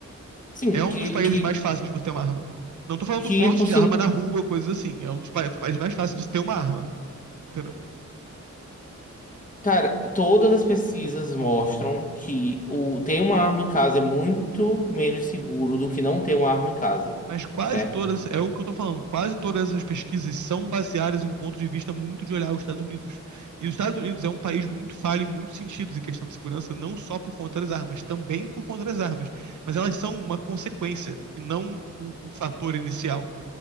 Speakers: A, on the left; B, on the right.
A: Sim,
B: É um
A: que,
B: dos países
A: que,
B: mais fáceis de você ter uma arma. Não tô falando
A: que
B: do porte
A: por
B: de
A: sin-
B: arma na rua, coisas assim. É um dos pa- países mais fáceis de você ter uma arma. Entendeu?
A: Cara, todas as pesquisas mostram que o ter uma arma em casa é muito menos seguro do que não ter uma arma em casa,
B: Mas quase
A: certo?
B: todas, é o que eu tô falando, quase todas essas pesquisas são baseadas em um ponto de vista muito de olhar os Estados Unidos. E os Estados Unidos é um país muito falho em muitos sentidos em questão de segurança, não só por conta das armas, também por conta das armas. Mas elas são uma consequência e não o, o fator inicial,